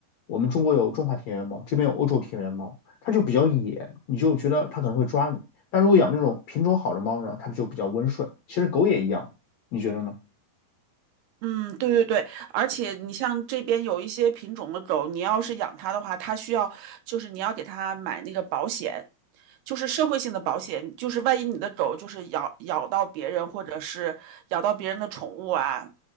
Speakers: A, on the left; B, on the right.
A: 我们中国有中华田园猫，这边有欧洲田园猫，它就比较野，你就觉得它可能会抓你。但如果养那种品种好的猫呢，它就比较温顺。其实狗也一样，你觉得呢？
B: 嗯，对对对，而且你像这边有一些品种的狗，你要是养它的话，它需要就是你要给它买那个保险，就是社会性的保险，就是万一你的狗就是咬咬到别人或者是咬到别人的宠物啊，